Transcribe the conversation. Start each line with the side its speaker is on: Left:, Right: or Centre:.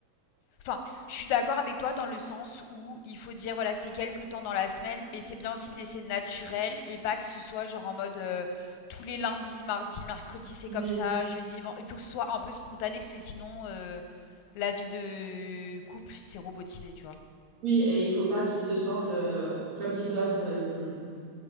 Left: enfin je suis d'accord avec toi dans le sens où il faut dire voilà c'est quelques temps dans la semaine, mais c'est bien aussi de laisser naturel et pas que ce soit genre en mode euh, tous les lundis, mardis, mercredis c'est
Right: Oui.
Left: comme ça, jeudi, ven- il faut que ce soit un peu spontané parce que sinon euh, la vie de couple c'est robotisé tu vois.
Right: Oui, et il faut pas qu'ils se sentent euh, comme s'ils doivent euh,